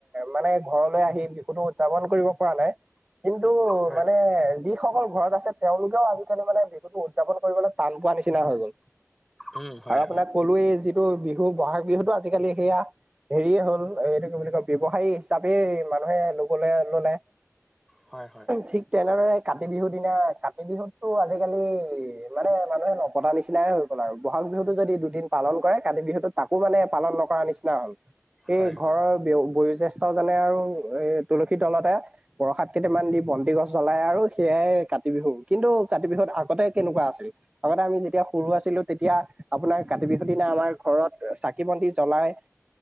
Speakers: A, on the right; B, in the centre.
A: মানে ঘৰলৈ আহি কোনো উদযাপন কৰিব পৰা নাই। কিন্তু
B: হয়
A: মানে যিসকল ঘৰত আছে তেওঁলোকেও আজিকালি মানে বিহুতটো উদযাপন কৰিবলৈ টান পোৱা নিচিনা হৈ গ'ল।
B: উম হয়
A: আৰু আপোনাক
B: হয়
A: কলোয়েই যিটো বিহু বহাগ বিহুটো আজিকালি সেয়া হেৰিয়ে হ'ল এইটো কি বুলি কয় ব্যৱসায়ী হিচাপে মানুহে লবলে ললে
B: হয় হয়
A: ঠিক তেনেদৰে কাতি বিহুৰ দিনা কাতি বিহুতো, আজিকালি মানে মানুহে নপটা নিচিনাই হৈছে। বহাগ বিহুটো যদি দুদিন পালন কৰে, কাতি বিহুতো তাকো মানে পালন নকৰাৰ নিচিনা হ'ল।
B: হয়
A: এই
B: হয়
A: ঘৰৰ বয়োজ্যেষ্ঠজনে আৰু এ তুলসী তলতে বৰসাত কেইটামান দি বন্তি গছ জ্বলাই আৰু সেয়াই কাতি বিহু কিন্তু কাতি বিহুত আগতে কেনেকুৱা আছিল আগতে আমি যেতিয়া সৰু আছিলো তেতিয়া আপোনাৰ কাতি বিহুৰ দিনা আমাৰ ঘৰত চাকি বন্তি জ্বলাই।